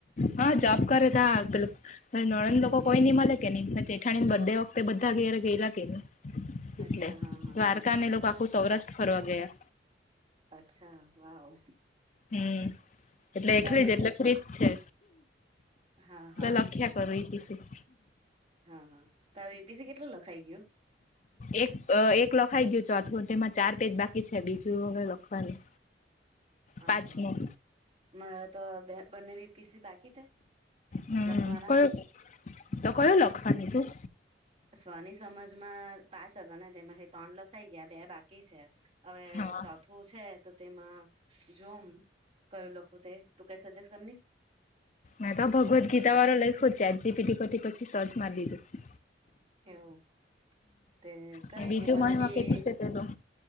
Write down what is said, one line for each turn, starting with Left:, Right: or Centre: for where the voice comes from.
Left: હા જોબ કરે તા પેલો નણંદ લોકો કોઈ ની મળે કે ની પછે. ઠાણીને બર ડે વખતે બધા ઘેરે ગેલાને એટલે
Right: અચ્છા હા હા
Left: દ્વારકાને લોકો આખું સૌરાષ્ટ્ર ફરવા ગયા.
Right: અચછા વાવ
Left: હમ એટલે એકળ
Right: તારું
Left: જ એટલે ફ્રીજ છે.
Right: હા હા
Left: તો લક્ષ્યા કર એ શ
Right: હા હા તો એપીસી કેટલો લખાઈ ગયુ.
Left: એક એક લખાઈ ગયું ચોથું તેમાં ચાર પેજ બાકી છે બીજું હવે લખવાનું.
Right: હા
Left: પાંચમું
Right: હા મારા તો બે બંનેવી પીસી બાકી થાય.
Left: હમ
Right: લખવાના
Left: કયું તો કયું લખવાની તું.
Right: સ્વની સમજમાં પાંચ હતા ને તેમાંથી ત્રણ લખાઈ ગયા બે બાકી છે. હવે
Left: હા
Right: ચોથુ. તું છે તો તેમાં જોમ કયું લખું તે તું કઈ સજેસ્ટ કર
Left: મેં તો ભગવદ ગીતા વાળો લખ્યો છેટ જીપીડી પરથી પછી સર્ચ મારી લીધું.
Right: એવું. તે કઈ
Left: હમ બીજું
Right: નઈ મને
Left: મહિમા
Right: બી
Left: કેટ રીતે પેલું.